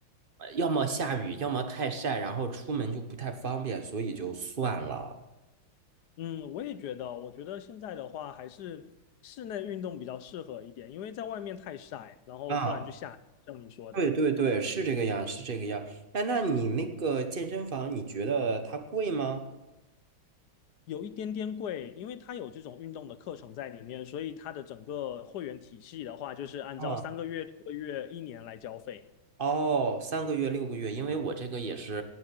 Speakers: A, on the right; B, on the left.
A: 呃要么下雨，要么太晒，然后出门就不太方便，所以就算了。
B: 嗯，我也觉得，我觉得现在的话还是室内运动比较适合一点，因为在外面太晒，然后不然就下雨像你说的，
A: 啊，对对对，是这个样，是这个样。哎，那你那个健身房，你觉得它贵吗？
B: 有一点点贵，因为它有这种运动的课程在里面，所以它的整个会员体系的话，就是按照三个月、
A: 啊。
B: 六个月、一年来交费，
A: 哦，三个月、六个月，因为我这个也是